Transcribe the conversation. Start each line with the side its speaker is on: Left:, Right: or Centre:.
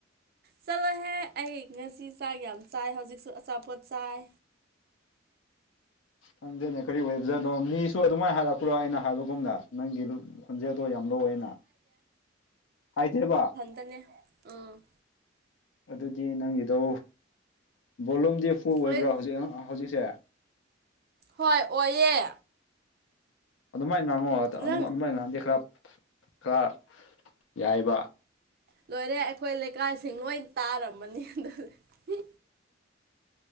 Right: ꯆꯠꯂꯣꯍꯦ ꯑꯩ ꯉꯁꯤ ꯆꯥꯛ ꯌꯥꯝ ꯆꯥꯏ ꯍꯧꯖꯤꯛꯁꯨ ꯑꯆꯥꯄꯣꯠ ꯆꯥꯏ
Left: ꯈꯪꯗꯅꯦꯋꯣ ꯃꯤꯁꯨ ꯑꯗꯨꯃꯥꯏꯅ ꯍꯜꯂꯛꯄ ꯄꯨꯔꯥ ꯑꯩꯅ ꯍꯥꯏꯕꯒꯨꯝꯅ ꯅꯪꯒꯤ ꯈꯣꯟꯖꯦꯜꯗꯣ ꯌꯥꯝ ꯂꯧꯋꯦꯅ ꯍꯥꯏꯗꯦꯕ
Right: ꯇꯅꯤꯦ ꯎꯝ
Left: ꯑꯗꯨꯗꯤ ꯅꯪꯒꯤꯗꯣ ꯕꯣꯂꯨꯝꯗꯤ ꯐꯨ ꯑꯣꯏꯕ꯭ꯔꯣ
Right: ꯑꯩ
Left: ꯍꯧꯖꯤꯛ ꯍꯧꯖꯤꯛꯁꯦ
Right: ꯍꯣꯏ ꯑꯣꯏꯌꯦ
Left: ꯑꯗꯨꯃꯥꯏꯅ ꯉꯥꯡꯉꯣ ꯑꯗꯨꯝ
Right: ꯅꯪ
Left: ꯑꯗꯨꯃꯥꯏꯅ ꯉꯥꯡꯗꯗꯤ ꯈꯔ ꯈꯔ ꯌꯥꯏꯕ
Right: ꯂꯣꯏꯔꯦ ꯑꯩꯈꯣꯏ ꯂꯩꯀꯥꯏꯁꯤꯡ ꯂꯣꯏ ꯇꯥꯔꯃꯅꯤ ꯑꯗꯨꯗꯤ